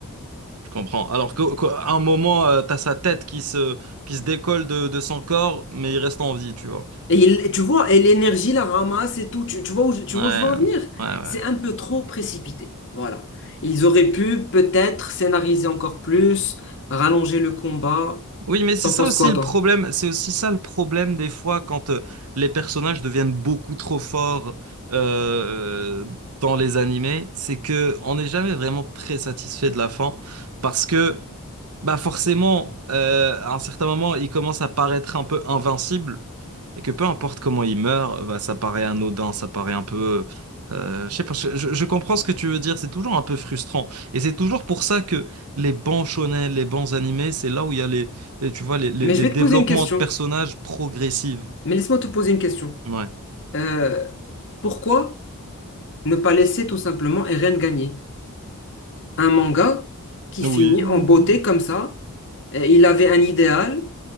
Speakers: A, on the right; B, on the left.
A: Je comprends. Alors qu'au- qu'à un moment, euh, t'as sa tête qui se, qui se décolle de, de son corps, mais il reste en vie, tu vois.
B: Et il- tu vois, et l'énergie la ramasse et tout. Tu, tu vois où, je- tu
A: Ouais,
B: vois où je veux en venir?
A: ouais, ouais.
B: C'est un peu trop précipité. Voilà. Ils auraient pu peut-être scénariser encore plus, rallonger le combat.
A: Oui, mais c'est
B: T'en
A: ça
B: penses
A: aussi
B: quoi,
A: le
B: toi?
A: problème. C'est aussi ça le problème des fois quand euh, les personnages deviennent beaucoup trop forts euh, dans les animés, c'est que on n'est jamais vraiment très satisfait de la fin parce que Bah forcément, euh, à un certain moment, il commence à paraître un peu invincible et que peu importe comment il meurt, bah, ça paraît anodin, ça paraît un peu... euh, je sais pas, je, je- je comprends ce que tu veux dire, c'est toujours un peu frustrant. Et c'est toujours pour ça que les bons shonen, les bons animés, c'est là où il y a les, les- tu vois, les, les-
B: Mais
A: les
B: je vais
A: développements
B: te poser une question.
A: de personnages progressifs.
B: Mais laisse-moi te poser une question.
A: Ouais.
B: Euh, pourquoi ne pas laisser tout simplement Eren gagner? un manga qui
A: Oui,
B: finit en
A: oui.
B: beauté comme ça. Euh, Il avait un idéal